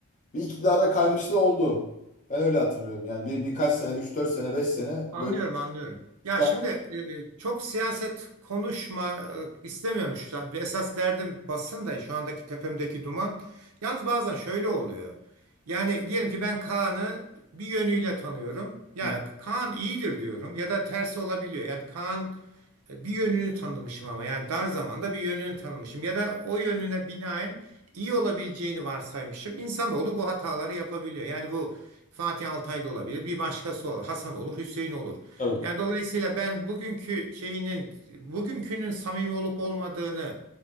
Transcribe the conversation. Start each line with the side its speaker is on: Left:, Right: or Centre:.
Left: bir iktidara kaymışlığı oldu. Ben öyle hatırlıyorum. Yani bir birkaç sene üç dört sene 5 sene
Right: Anlıyorum,
Left: böyle
Right: anlıyorum.
Left: iktidar...
Right: Ya şimdi e, e, çok siyaset konuşma e, istemiyorum şu an. Esas derdim basın da şu andaki tepemdeki duman. Yalnız bazen şöyle oluyor. Yani diyelim ki ben Kaan'ı bir yönüyle tanıyorum. Ya
Left: Hı hı.
Right: Kaan iyidir diyorum ya da tersi olabiliyor. Yani Kaan e, bir yönünü tanımışım ama yani dar zamanda bir yönünü tanımışım ya da o yönüne binaen iyi olabileceğini varsaymışım. İnsanoğlu bu hataları yapabiliyor. Yani bu Fatih Altaylı olabilir, bir başkası olur, Hasan olur, Hüseyin olur.
Left: Tabii.
Right: Yani dolayısıyla ben bugünkü şeyinin, bugünkünün samimi olup olmadığını